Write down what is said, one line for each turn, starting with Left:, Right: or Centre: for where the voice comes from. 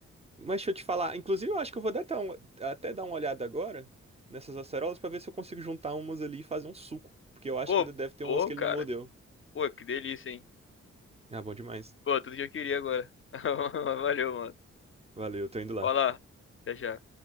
Right: Mas deixa eu te falar, inclusive eu acho que eu vou dar até, um- até dar uma olhada agora nessas acerolas pra ver se eu consigo juntar umas ali e fazer um suco. Porque eu acho
Left: Pô,
Right: que ainda deve ter
Left: pô,
Right: umas que ele
Left: cara.
Right: não mordeu.
Left: Pô, que delícia, hein?
Right: Ah, bom demais.
Left: Pô, tudo que eu queria agora. <laughs> Valeu, mano.
Right: Valeu, tô indo lá.
Left: Olá. Até já.